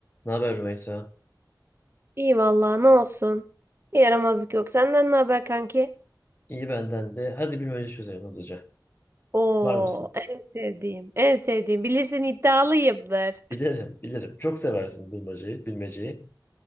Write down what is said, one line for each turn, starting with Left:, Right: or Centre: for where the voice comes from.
Left: Ne haber Rümeysa?
Right: İyi vallahi ne olsun. Bir Yaramazlık yok. Senden ne haber kanki?
Left: İyi benden de. Hadi bilmece çözelim hızlıca.
Right: Oo,
Left: Var mısın?
Right: en sevdiğim. En sevdiğim. Bilirsin iddialıyımdır.
Left: Bilirim, bilirim. Çok seversin bilmeceyi, bilmeceyi.